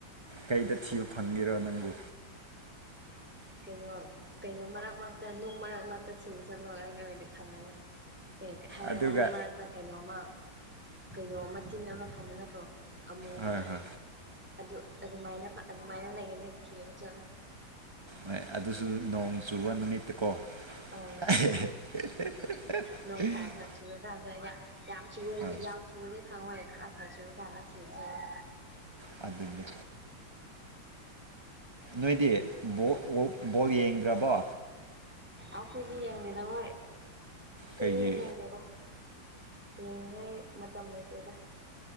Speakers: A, on the right (about 25°); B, in the centre.
A: ꯀꯩꯗ ꯊꯤꯕ ꯐꯪꯒꯦꯔꯣ ꯅꯪꯕꯨ
B: ꯀꯩꯅꯣ ꯀꯩꯅꯣ ꯃꯔꯛ ꯃꯔꯛꯇ ꯅꯨꯡ ꯃꯔꯛ ꯃꯔꯛꯇ ꯊꯤꯕ ꯆꯠꯂꯣ ꯍꯥꯏꯔ ꯑꯣꯏꯗꯤ ꯐꯪꯒꯅꯤ ꯑꯦ ꯍꯥꯏꯔ
A: ꯑꯗꯨꯒ
B: ꯅꯨꯡ ꯃꯔꯛꯇ ꯀꯩꯅꯣꯝꯃ ꯀꯩꯅꯣ ꯑꯃ ꯇꯤꯟ ꯑꯃ ꯐꯪꯕ ꯅꯠꯇ꯭ꯔꯣ ꯑꯃꯨꯕꯗꯣ
A: ꯍꯣꯏ ꯍꯣꯏ
B: ꯑꯗꯨ ꯑꯗꯨꯃꯥꯏꯅ ꯑꯗꯨꯃꯥꯏꯅ ꯂꯩꯒꯅꯤ ꯊꯤꯕ ꯆꯠꯂꯣ
A: ꯍꯣꯏ ꯑꯗꯨꯁꯨ ꯅꯣꯡ ꯆꯨꯕ ꯅꯨꯃꯤꯠꯇꯀꯣ
B: ꯑꯣ
A: <unintelligible>
B: ꯅꯣꯡ ꯈꯔ ꯈꯔ ꯆꯨꯔꯀꯥꯟꯗ ꯌꯥꯝ ꯌꯥꯝ ꯆꯨꯔꯒ
A: ꯍꯣꯏ
B: ꯌꯥꯝ ꯆꯨꯔꯗꯤ ꯐꯪꯉꯣꯏ ꯈꯔ ꯈꯔ ꯆꯨꯔꯀꯥꯟꯗ ꯊꯤꯕ ꯆꯠꯂꯣ
A: ꯑꯗꯨꯏꯅꯦ ꯅꯣꯏꯗꯤ ꯕꯣ ꯑꯣ ꯕꯣꯜ ꯌꯦꯡꯗ꯭ꯔꯕꯣ
B: ꯑꯈꯣꯏꯗꯤ ꯌꯦꯡꯗꯦꯗ ꯍꯣꯏ ꯁꯨꯌꯦꯡ
A: ꯀꯩꯒꯤ
B: ꯌꯦꯡꯗꯦꯗ ꯌꯦꯡꯅꯤꯡꯉꯥꯏ ꯃꯇꯝ ꯂꯩꯇꯦꯗ